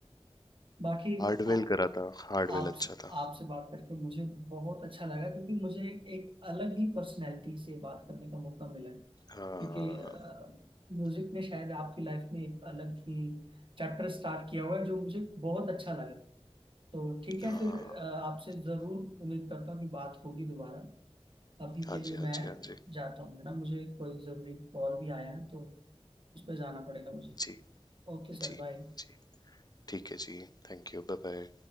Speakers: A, on the right; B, on the left.
A: बाकी
B: हार्डवेल
A: आ-
B: करा था हार्डवेल
A: आपसे
B: अच्छा था
A: आपसे बात करके मुझे बहुत अच्छा लगा क्योंकि मुझे एक अलग ही पर्सनैलिटी से बात करने का मौका मिला है
B: हाँ
A: क्योंकि म्यूजिक ने शायद आपकी लाइफ में एक अलग ही चैप्टर स्टार्ट किया हुआ है जो मुझे बहुत अच्छा लगा तो ठीक है
B: हाँ
A: फिर अ, आपसे जरूर उम्मीद करता हूँ कि बात होगी दोबारा अभी के
B: हाँ
A: लिए
B: जी हाँ
A: मैं
B: जी हाँ जी
A: जाता हूँ है ना मुझे कोई जरूरी कॉल भी आया है तो उस पर जाना पड़ेगा मुझे
B: जी
A: Okay sir
B: जी
A: bye
B: जी ठीक है जी Thank you Bye bye